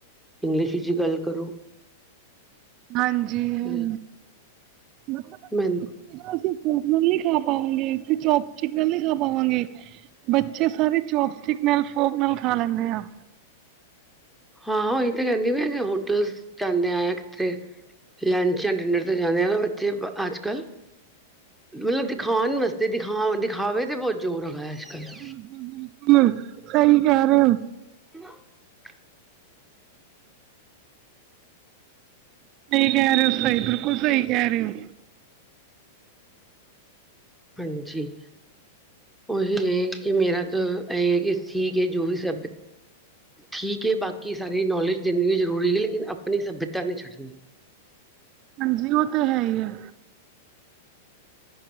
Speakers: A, in the centre; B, on the right (about 40°).
A: ਇੰਗਲਿਸ਼ ਵਿੱਚ ਗੱਲ ਕਰੋ।
B: ਹਾਂਜੀ ਹੂੰ
A: ਤੇ
B: ਮਤਲਬ
A: <unintelligible>
B: ਅਸੀਂ ਚੋਪਨਰ ਨ ਖਾ ਪਾਵਾਂਗੇ ਅਸੀਂ ਚੋਪ ਚਿਕਨਰ ਨ ਖਾ ਪਾਵਾਂਗੇ। ਬੱਚੇ ਸਾਰੇ ਚੋਪ ਸਟਿਕ ਨਾਲ ਫੋਕ ਨਾਲ ਖਾ ਲੈਂਦੇ ਆ।
A: ਹਾਂ ਉਹੀ ਤਾਂ ਕਹਿੰਦੀ ਵੀ ਹੋਟਲ 'ਚ ਆਣੇ ਕ ਤੇ ਲੰਚ ਜਾਂ ਡਿਨਰ ਤੇ ਜਾਂਣੇ ਆ ਨਾ ਬੱਚੇ ਅੱਜ ਕੱਲ੍ਹ ਮਤਲਬ ਦਿਖਾਉਣ ਵਾਸਤੇ ਦਿਖਾ ਦਿਖਾਵੇ ਤੇ ਬਹੁਤ ਜ਼ੋਰ ਹੈਗਾ ਅੱਜ ਕੱਲ੍ਹ
B: ਬਿਲਕੁਲ -ਬਿਲਕੁਲ ਸਹੀ ਕਹਿ ਰਹੇ ਹੋ।
A: <unintelligible>
B: ਸਹੀ ਕਹਿ ਰਹੇ ਹੋ ਸਹੀ ਬਿਲਕੁਲ ਸਹੀ ਕਹਿ ਰਹੇ ਹੋ।
A: ਹਾਂਜੀ ਉਹੀ ਨੇ ਕਿ ਮੇਰਾ ਤਾਂ ਇਹ ਕਿ ਸੀ ਕਿ ਜੋ ਵੀ ਸ਼ਬਦ ਠੀਕ ਹੈ ਬਾਕੀ ਸਾਰੀ ਨੌਲੇਜ ਦੇਣੀ ਵੀ ਜ਼ਰੂਰੀ ਹੈ ਲੇਕਿਨ ਆਪਣੀ ਸੱਭਿਅਤਾ ਨਹੀਂ ਛੱਡਣੀ
B: ਹਾਂਜੀ ਉਹ ਤੇ ਹੈ ਹੀ ਹੈ।